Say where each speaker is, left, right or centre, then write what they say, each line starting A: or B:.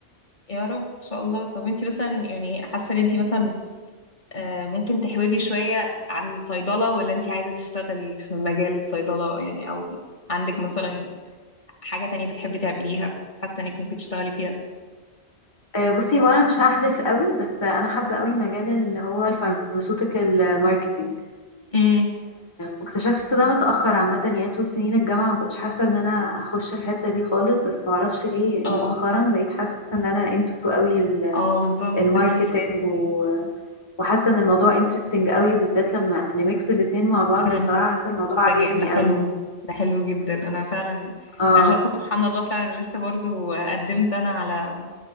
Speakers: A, on the left (about 45°); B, on the left (about 25°).
A: يا رب ان شاء الله طب انتي مثلا يعني حاسه ان انتي مثلا آه ممكن تحودي شويه عن صيدله ولا انتي عايزه تشتغلي في مجال صيدله يعني او عندك مثلا حاجه تانية بتحبي تعمليها حاسه انك ممكن تشتغلي فيها
B: آه، بصي هو أنا مش هحدث قوي بس أنا حابة قوي مجال اللي هو الفارماسيوتيكال ماركتينج
A: امم
B: واكتشفت ده متأخر عامة يعني طول سنين الجامعة ما كنتش حاسة إن أنا هخش الحتة دي خالص بس معرفش ليه
A: اه
B: مؤخرا بقيت حاسة إن أنا انتو قوي ال-
A: اه بالظبط
B: الماركتينج
A: ال-
B: و- وحاسة إن الموضوع انترستنج قوي وبالذات لما نميكس الاتنين مع بعض
A: مم.
B: بصراحة حاسة الموضوع
A: ده
B: عاجبني
A: جا- ده حلو
B: قوي
A: ده حلو جدا انا فعلا
B: اه
A: انا مش عارفه سبحان الله فعلا لسه برضو قدمت انا على